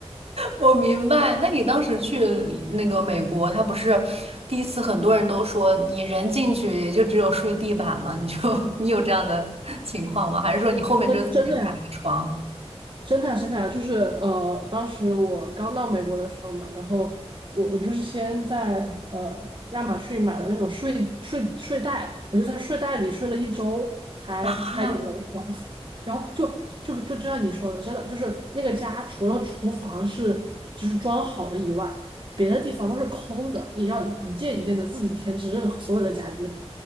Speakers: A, on the right; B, on the right.
A: 我明白，那你当时去那个美国，他不是第一次，很多人都说你人进去也就只有睡地板吗？你就 <laughs> 你有这样的 <laughs> 情况吗？还是说你后面就自己买了个床
B: 真真的呀。生产生产就是呃，当时我刚到美国的时候嘛，然后我我就是先在呃亚马逊买了那种睡睡睡袋，我就在睡袋里睡了一周才才有了床，
A: 啊？
B: 然后就就就就像你说的，真的就是那个家除了厨房是就是装好的以外，别的地方都是空的，也要一件一件的自己添置任何所有的家具。